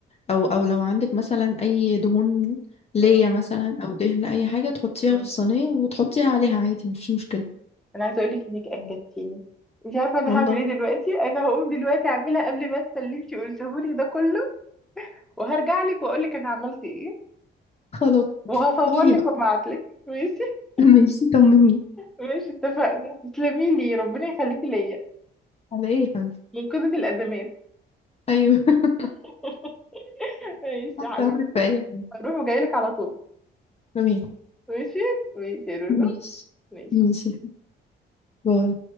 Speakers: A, on the left; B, in the centre.
A: او او لو عندك مثلا اي دهون ليا
B: مم.
A: مثلا او دهن اي حاجة تحطيها
B: مم.
A: في الصينية وتحطيها عليها عادي مفيش مشكلة
B: انا عايزه اقول لك انك انجدتيني انت عارفه انا
A: والله
B: هعمل ايه دلوقتي انا هقوم دلوقتي اعملها قبل ما انسى اللي انت قلته لي ده كله وهرجع لك واقول لك انا عملت ايه
A: خلاص
B: وهصور
A: طمني
B: لك
A: بقى
B: وابعت لك ماشي
A: <laughs> ماشي طمني
B: ماشي اتفقنا تسلمي لي ربنا يخليكي ليا
A: على ايه يا حبيبي
B: منقذة الازمات
A: ايوه <laughs>
B: <laughs> ماشي
A: تحت
B: يا حبيبتي
A: امرك في اي حاجه
B: هروح وجاي لك على طول
A: تمام
B: ماشي ماشي يا لولو
A: ماشي
B: ماشي
A: ماشي باي